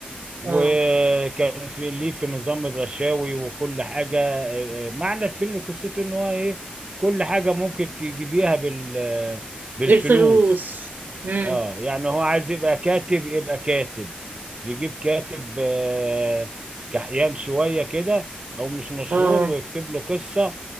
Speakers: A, on the right (about 30°); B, on the right (about 70°).
A: وكان
B: اه
A: في ليه في نظام الرشاوي وكل حاجة آه، آه، معنى الفيلم قصته ان هو ايه كل حاجة ممكن تجيبيها بال آه، بالفلوس
B: الفلوس امم
A: اه يعني هو عايز يبقى كاتب يبقى كاتب يجيب كاتب آه، كحيان شوية كده او مش مشهور
B: اه
A: ويكتب له قصة